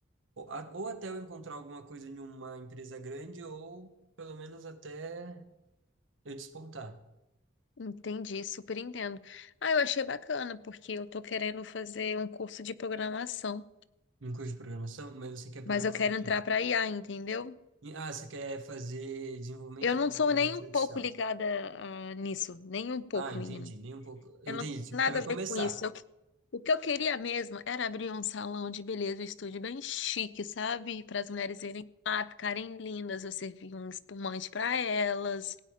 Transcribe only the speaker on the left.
Entendi, super entendo. Ah, eu achei bacana, porque eu tô querendo fazer um curso de programação,
mas eu quero
entrar pra IA, entendeu?
Eu não
sou nem um pouco
ligada, ah, nisso, nem um pouco,
menino.
Eu não,
nada
a
ver com isso. Eu- o que eu queria mesmo era abrir um salão de beleza, um estúdio bem chique, sabe? Para as mulheres irem lá, ficarem lindas, eu servir um espumante para elas,